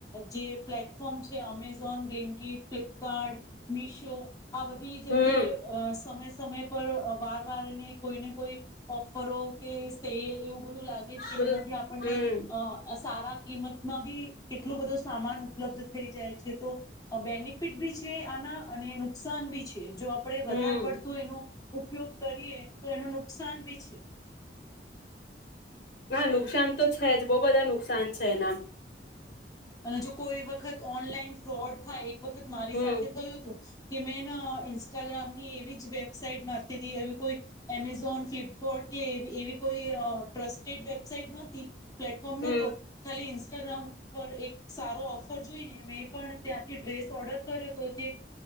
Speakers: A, on the left; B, on the left.
A: જે પ્લેટફોર્મ છે અમેઝોન બ્લિંકીડ ફ્લિપકાર્ટ મીશો આ બધી. આ
B: હમ
A: સમય. સમય પર વાર વારને કોઈ ને કોઈ ઓફરો કે સેલ. એવું બધું લાગે છે
B: બધું
A: એનાથી આપણને.
B: હમ
A: સારા કિંમતમાં બી કેટલો બધો સામાન ઉપલબ્ધ થઈ જાય છે તો બેનિફિટ બી છે આના અને નુકસાન બી છે. જો આપણે
B: હમ
A: વધારે પડતુંય એનું. ઉપયોગ કરીએ તો એનું નુકસાન બી છે.
B: હા નુકસાન તો છે જ બહુ બધા નુકસાન છે એનામ.
A: અને જો કોઈ વખત ઓનલાઈન ફ્રોડ થાય એક. એક વખત મારી
B: હમ
A: સાથે થયું હતું. કે મેં ને ઇન્સ્ટાગ્રામ ની એવી જ વેબસાાઈટ માતી એવી કોઈ એમેઝોન ફ્લિપકારટ કે એવી કોઈ ટ્રસ્ટેડ વેબસાાઈટ નહોતી. પ્લેટફોર્મ
B: હમ
A: નહોતો ખાલી. ઈન્સ્ટાગ્રામ. પર એક સારો ઓફર જોઈને મેં પણ ત્યાંથી ડ્રેસ ઓર્ડર કર્યો હતો જે